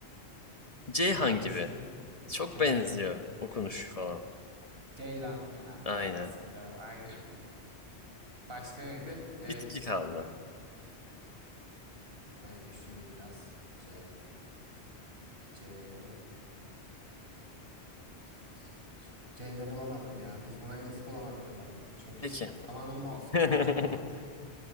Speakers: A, on the left (about 35°); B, on the right (about 60°).
A: Ceyhan
B: Ee, düşüneyim.
A: gibi. Çok
B: Ceyhan
A: benziyor
B: gibi.
A: okunuş falan.
B: Ceylan ya.
A: Aynen.
B: Nasıl bilemem. Aynen. <laughs> Başka neydi? Ee,
A: Bitki
B: bitki.
A: kaldı.
B: Ee, düşüneyim biraz. C. C. C C ile bulamadım ya. Biz buna en iyisi bulamadım yapalım. Çünkü
A: Peki.
B: zamanım olsun
A: <laughs>
B: bir de. Zamanında